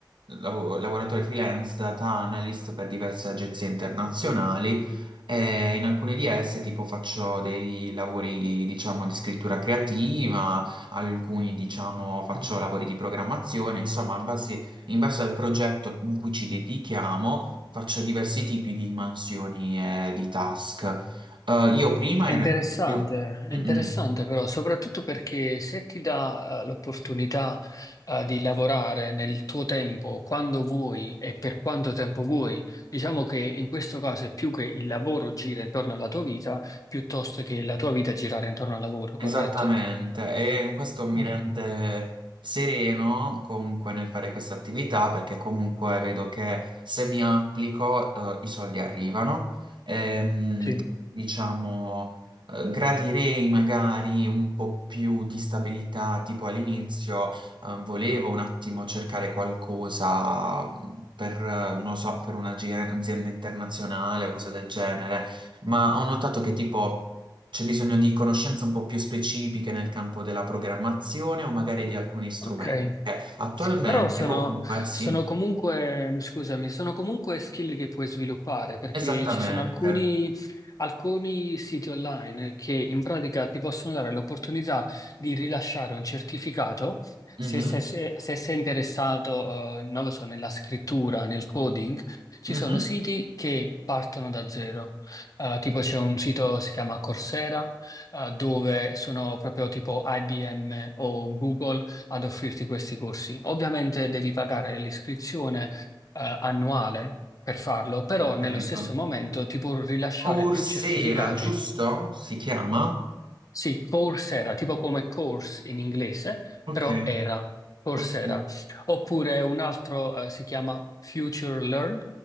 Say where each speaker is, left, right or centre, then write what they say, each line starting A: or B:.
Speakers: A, on the right; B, on the left.
A: lav- lavoratore freelance, data analyst per diverse agenzie internazionali e in alcune di esse tipo faccio dei lavori, diciamo, di scrittura creativa alcuni diciamo faccio lavori di programmazione, insomma, basi- in base al progetto in cui ci dedichiamo, faccio diversi tipi di mansioni e di task. Eh, io prima
B: È
A: ero...
B: interessante,
A: io-
B: è
A: Mm,
B: interessante
A: mm.
B: però, soprattutto perché se ti dà eh, l'opportunità eh, di lavorare nel tuo tempo, quando vuoi e per quanto tempo vuoi, diciamo che in questo caso è più che il lavoro gira intorno alla tua vita, piuttosto che la tua vita girare intorno al lavoro, corretto?
A: Esattamente, e questo mi
B: Mm,
A: rende sereno comunque nel fare questa attività perché comunque vedo che se mi applico eh, i soldi arrivano. Ehm,
B: Sì.
A: diciamo, eh, gradirei magari un po' più di stabilità, tipo all'inizio eh, volevo un attimo cercare qualcosa mh, per, eh, non lo so, per un'azienda internazionale o cose del genere, ma ho notato che tipo... C'è bisogno di conoscenze un po' più specifiche nel campo della programmazione o magari di alcuni strumenti.
B: Ok.
A: Eh, attualmente,
B: Però sono,
A: comunque, sì,
B: sono comunque, scusami, sono comunque skill che puoi sviluppare perché
A: esattamente.
B: ci sono alcuni, alcuni siti online che in pratica ti possono dare l'opportunità di rilasciare un certificato
A: Mhm,
B: se, se- se- se sei interessato, eh, non lo so, nella scrittura, nel coding. Ci
A: mhm,
B: sono siti che partono da zero. Eh, tipo c'è un sito, si chiama Coursera eh, dove sono proprio tipo IBM o Google ad offrirti questi corsi. Ovviamente devi pagare l'iscrizione, eh, annuale per farlo, però
A: ho
B: nello
A: capito.
B: stesso momento ti può rilasciare
A: Coursera,
B: più certificati
A: giusto? Si chiama?
B: sì, Coursera, tipo come course in inglese,
A: Ok.
B: però era Coursera.
A: ok.
B: Oppure un altro eh, si chiama Future Learn,